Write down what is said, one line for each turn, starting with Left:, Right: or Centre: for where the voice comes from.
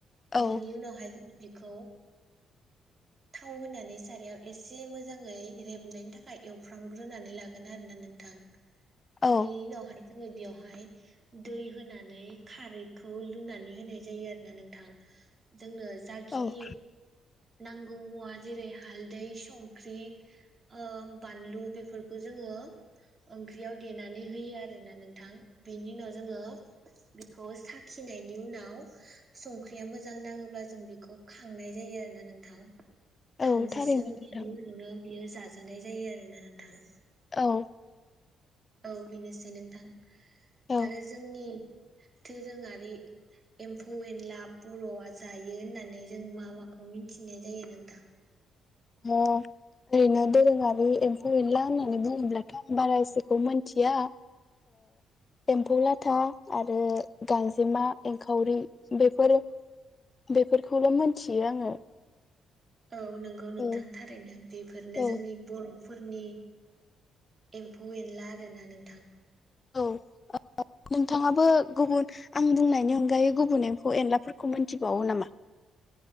Left: औ
Right: बिनि उनावहाय <unintelligible> खौ थाव होनानै सारायाव एसे मोजाङै रेबनायनि थाखाय एवफ्रामग्रोनानै लागोन आरो ना नोंथां।
Left: औ
Right: बिनि उनावहाय जोङो बेयावहाय दै होनानै खारैखौ लुनानै होनाय जायो आरो ना नोंथां। जोंनो जाखिनि
Left: औ
Right: नांगौ मुवा जेरै हालदै संख्रि ओ-बानलु बेफोरखौ जोङो ओंख्रियाव देनानै नै होयो आरोना नोंथां। बिनि उनाव जोङो। खौ साखिनायनि उनाव संख्रिया मोजां नाङोब्ला जों बेखौ खांनाय जायो आरो ना नोंथां।
Left: औ
Right: थामजिसो
Left: थारैनो
Right: मिनिटनि
Left: नोंथां
Right: उनावनो बियो जा जानाय जायो आरोना नोंथां
Left: औ
Right: औ बेनोसै नोंथां।
Left: औ
Right: आरो जोंनि दोरोङारि एम्फौ-एनला बरआ जायो होननानै जों मा माखौ मिथिनाय जायो नोंथां।
Left: ओम ओरैनो दोरोङारि एम्फौ-एनला होननानै बुङोब्लाथ आं बारा एसेखौ मिथिया। एम्फौ लाथा आरो गांजेमा एंखावरि बेफोर बेफोरखौल मोनथियो आङो।
Right: औ नंगौ नोंथां
Left: औ
Right: थारैनो बेफोरनो
Left: औ
Right: जोंनि बर फोरनि एम्फौ-एनला आरो ना नोंथां।
Left: औ नोंथाङाबो गुबुन आं बुंनायनि अनगायै गुबुन एम्फौ-एनलाफोरखौ मिथिबावो नामा?